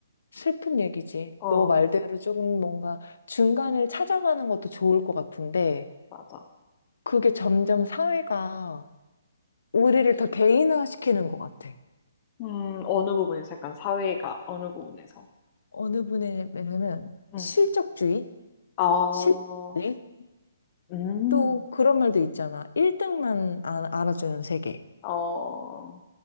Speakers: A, on the left; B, on the left.
A: 슬픈 얘기지.
B: 어.
A: 너 말대로 조금 뭔가 중간을 찾아가는 것도 좋을 것 같은데,
B: 맞아.
A: 그게 점점 사회가 우리를 더 개인화시키는 것 같아.
B: 음, 어느 부분에서 약간 사회가 어느 부분에서.
A: 어느 분에게는
B: 음.
A: 실적주의,
B: 어,
A: 실력주의,
B: 음,
A: 또 그런 말도 있잖아. 1등만 알아주는 세계.
B: 어,